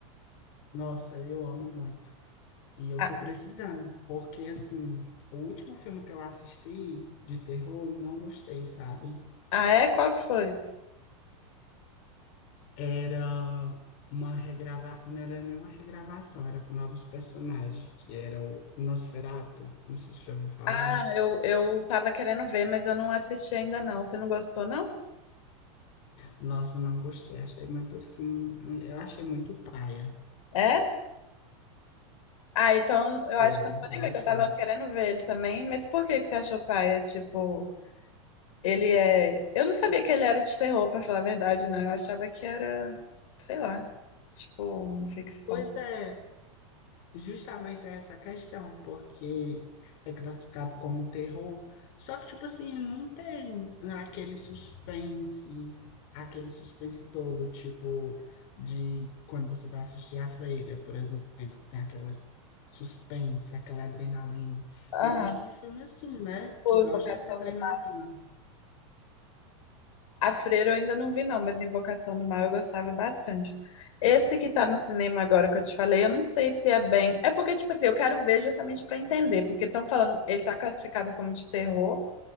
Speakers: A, on the left; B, on the left.
A: Nossa, eu amo muito. E eu
B: Ah,
A: tô precisando, porque assim, o último filme que eu assisti de terror, eu não gostei, sabe?
B: ah, é? Qual que foi?
A: Era uma regrava... Não era nenhuma regravação, era com novos personagens, que era o Nosferatu, não sei se você já ouviu falar.
B: Ah, eu, eu tava querendo ver, mas eu não assisti ainda não. Você não gostou, não?
A: Nossa, não gostei, achei muito, sim, eu achei muito paia.
B: É? Ah, então eu
A: Foi,
B: acho que eu não vou nem
A: eu
B: ver,
A: achei.
B: que eu tava querendo ver ele também. Mas por que que você achou paia? Tipo, ele é. Eu não sabia que ele era de terror, pra falar a verdade, não. Eu achava que era, sei lá, tipo, ficção.
A: Pois é, Justamente essa questão, porque é classificado como terror, só que, tipo assim, não tem aquele suspense, aquele suspense todo, tipo, de quando você vai assistir A Freira, por exemplo, que tem aquela suspense, aquela adrenalina.
B: Ah,
A: Eu gosto de filme assim, né?
B: tipo,
A: Que gosta
B: Invocação
A: dessa adrenalina.
B: do Mal. A Freira eu ainda não vi, não, mas Invocação do Mal eu gostava bastante. Esse que tá no cinema agora que eu te falei, eu não sei se é bem. É porque, tipo assim, eu quero ver justamente pra entender, porque estão falando, ele tá classificado como de terror.